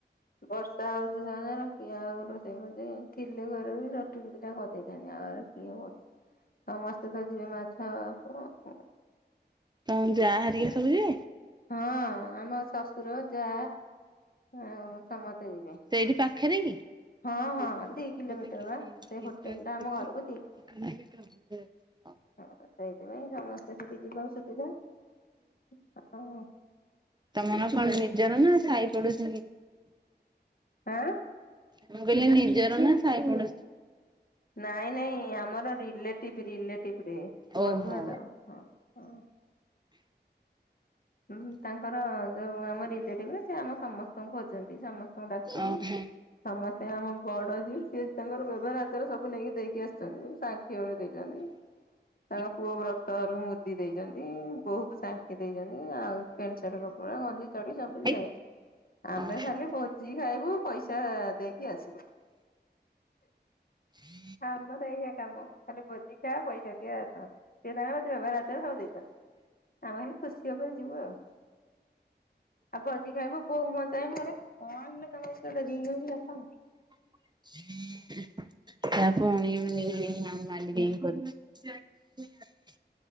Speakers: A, on the left; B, on the right.
A: ବର୍ଷା ହଉଛି ସବୁଦିନ। କିଏ ଆଉ ରୋଷେଇ କରୁଚି? ଥିଲେ ଘରେ ବି ରୁଟି ଫୁଟି ଦିଟା କରିଦେଇଥାନ୍ତିି। ଆଉ କିଏ କରୁଛି? ସମସ୍ତେ ତ ଯିବେ ମାଛ କୁ କ
B: ତମ ଯା ହରିକା ସବୁ ଯିବେ।
A: ହଁ ଆମ ଶଶୁର ଯା ଆଉ ସମସ୍ତେ ଯିବେ।
B: ସେଇଠି ପାଖରେ କି? <unintelligible>
A: ହଁ ହଁ ଦି କିଲୋମିଟର ବା ସେ ହୋଟେଲ ଟା ଆମ ଘରକୁ ହଁ ସେଇଥିପାଇଁ ସମସ୍ତେ ଟିକେ ଯିବାକୁ ସୁବିଧା ହ
B: ତମର କଣ ନିଜର ନା ସାଇ ପଡୁଶି
A: ଆଁ।
B: ମୁଁ କହିଲି ନିଜର ନା ସାଇ ପଡୋଶି?
A: ନାଇଁ ନାଇଁ ଆମର ରିଲେଟିଭ ରିଲେଟିଭରେ
B: ଓହୋ।
A: ବନ୍ଧୁବାନ୍ଧବ। ହଁ ହଁ। ହଁ ତାଙ୍କର ଯୋଉ ଆମ ରିଲେଟିଭ ସେ ଆମ ସମ ସ୍ତଙ୍କୁ ଖୋଜିଛନ୍ତି ସମସ୍ତଙ୍କୁ ଡାକିଛନ୍ତି।
B: ଓହୋ
A: ସମସ୍ତେ ଆମ ବଡ ଯିଏ ସିଏ ତାଙ୍କର ବ୍ୟବହାର ଆଚାର ସବୁ ନେଇକି ଦେଇକି ଆସିଛନ୍ତି। ସାଙ୍ଖି ବେଳେ ଦେଇଛନ୍ତି।
B: <inaudible>
A: ତାଙ୍କ ପୁଅ ବ୍ରତ ଘରକୁ ମୁଦି ଦେଇଛନ୍ତି, ବୋହୂକୁ ସାଙ୍ଖୀ ଦେଇଛନ୍ତି। ଆଉ ପେଣ୍ଟ ସାର୍ଟ କପଡା ଗଞ୍ଜି ଚଡ଼ି ସବୁ
B: ହେଇ
A: ଦିଆ ହେଇଛି। ଆମେ
B: ଓହୋ
A: ଖାଲି ଭୋଜି ଖାଇବୁ, ପଇସା ଦେଇକି ଆସିବୁ।
B: <inaudible>
A: ହଁ ଆମର ଏଇଆ କାମ ଖାଲି ଭୋଜି ଖା ପଇସା ଦିଆ ଆସ। ସିଏ ତାଙ୍କର ଯି ବ୍ୟବହାର ଆଚାର ସବୁ ଦେଇଚନ୍ତି। ଆମେ ଖାଲି ଖୁସି ଓପରେ ଯିବୁ ଆଉ। ଆଉ ଭୋଜି ଖାଇବୁ ବୋଉ ମୁହଁ ଚାହିବୁ। ଏରା କଣ କିଲୋ କାହାର ରିଙ୍ଗ ହୋଉଚିନା କଣ।
B: <inaudible> <unintelligible>